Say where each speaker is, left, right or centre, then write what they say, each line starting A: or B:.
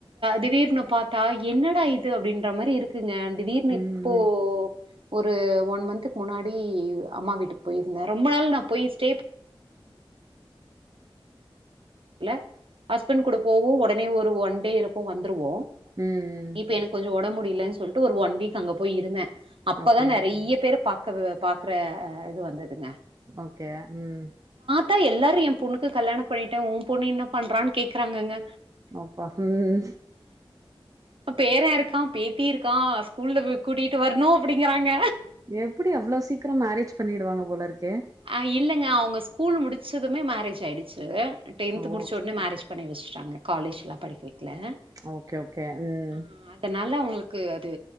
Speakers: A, on the right (about 65°); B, on the right (about 35°).
A: திடீர்னு பாத்தா என்னடா இது அப்டின்ற மாரி இருக்குங்க திடீர்னு
B: ம்,
A: இப்போ
B: ம்.
A: ஒரு ஒன் மந்துக்கு முன்னாடி அம்மா வீட்டுக்கு போயிருந்த ரொம்ப நாள் நா போய் ஸ்டே ல ஹஸ்பண்ட் கூட போவோ உடனே ஒரு ஒன் டே இருப்போ வந்துருவோ
B: ம், ம்.
A: இப்ப எனக்கு கொஞ்சோ ஒடம்பு முடியலன்னு சொல்லிட்டு ஒரு ஒன் வீக் அங்க போய் இருந்தே அப்பதா
B: ஓகே.
A: நெறைய பேற பாக்க பாக்குற இது வந்ததுங்க
B: ஓகே ம்
A: தா எல்லாரு என் பொண்ணுக்கு கல்யாண பண்ணிட்டே உன் பொண்ணு என்ன பண்றான்னு கேட்கறாங்கங்க
B: அப்பா ம்
A: பேர இருக்கா பேத்தி இருக்கா ஸ்கூல்ல போய் கூட்டிகிட்டு வரணு அப்படிங்கிறாங்க
B: எப்டி அவ்ளோ சீக்கிரோ மேரேஜ் பண்ணிடுவாங்க போலிருக்கே
A: அ இல்லங்க அவங்க ஸ்கூல் முடிச்சதுமே மேரேஜ் ஆயிடுச்சு டென்
B: ஓ!
A: முடிச்ச ஒட்னே
B: சரி.
A: மேரேஜ் பண்ணி வெஷ்ட்டாங்க காலேஜ் லா படிக்க வெக்கல அ
B: ஓகே, ஓகே. ம்.
A: அதனால அவங்களுக் க்கு அது